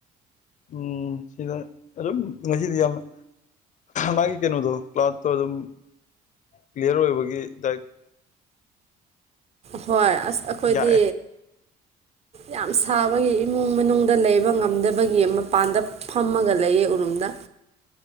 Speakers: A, on the left (about 45°); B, on the right (about 40°).
A: ꯎꯝ ꯁꯤꯗ ꯑꯗꯨꯝ ꯉꯁꯤꯗꯤ ꯌꯥꯝꯅ ꯃꯥꯒꯤ ꯀꯩꯅꯣꯗꯣ ꯀ꯭ꯂꯥꯎꯠꯇꯣ ꯑꯗꯨꯝ ꯀ꯭ꯂꯤꯌꯥꯔ ꯑꯣꯏꯕꯒꯤ ꯗꯥꯏꯔꯦꯛ
B: ꯍꯣꯏ ꯑꯁ ꯑꯩꯈꯣꯏꯗꯤ
A: ꯌꯥꯛꯑꯦ
B: ꯌꯥꯝ ꯁꯥꯕꯒꯤ ꯏꯃꯨꯡ ꯃꯅꯨꯡꯗ ꯂꯩꯕ ꯉꯝꯗꯕꯒꯤ ꯃꯄꯥꯟꯗ ꯐꯝꯃꯒ ꯂꯩꯌꯦ ꯎꯔꯨꯝꯗ꯫